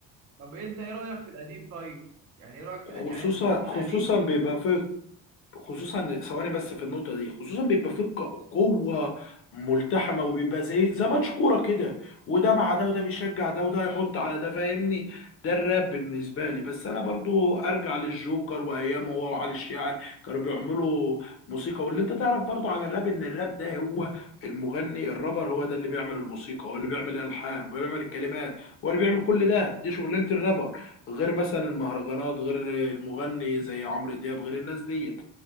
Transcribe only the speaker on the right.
طب انت ايه رايك في القديم طيب يعني ايه رايك في
القديم يعني انت بتسمع
قديم